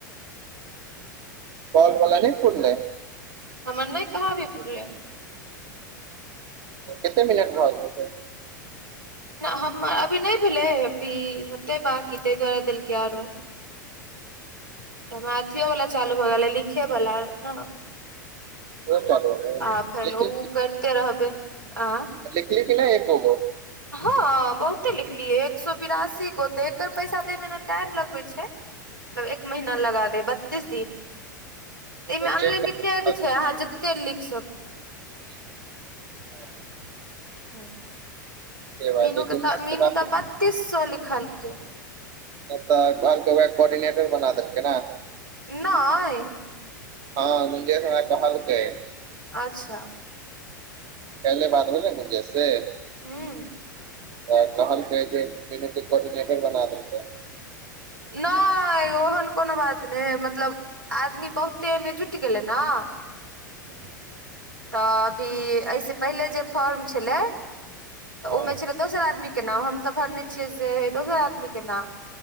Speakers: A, on the right; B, on the right.
A: काईल बला नहि पुरलै।
B: हमर नहि कहाँ अभी पुरले।
A: कते मिनट भ गेल से।
B: हमर अभी नहि भेलै अभी होतै बाकी ताहि दुआरे देलकै आरो। तऽ हमर अथियो वला चालू भऽ गेले लिखे बला न
A: ओ चलू
B: आ फेर
A: लिखी
B: उ करते रहबै आ।
A: त लिखली कीनै एकोगो।
B: हँ बहुते लिखलियै एक सए बिरासी गो ते एकर पैसा देैमे ने टाइम लगबै छै। मतलब एक महीना लगा दे बत्तीस दिन। त एहिमे अनलिमिटेड
A: चेक कर।
B: छै अहाँ जते लिख सकी।
A: <unintelligible>
B: ह
A: बात
B: मीनू
A: है गुंजेश
B: के तऽ मीनू
A: बात
B: तऽ बत्तीस सए लिखलकै।
A: तऽ घरके कोर्डिनेटर बना देलकै न।
B: नई।
A: हँ निकेश हमरा कहलकै।
B: अच्छा
A: पहिले बात भेलै से गुंजे से।
B: हँ।
A: तऽ कहलकै जे मीनू के कोर्डिनेटर बना देलके।
B: नहि ओहन कोनो बात नहि है मतलब। आदमी बहुते एहिमे जुटि गेलै न।
A: हं।
B: तऽ अभी एहिस पहिले जे फॉर्म छलै तऽ
A: हँ
B: ओमे छलै दोसर आदमी। के नाम हम तऽ भरने छियै से दोसर आदमी के नाम।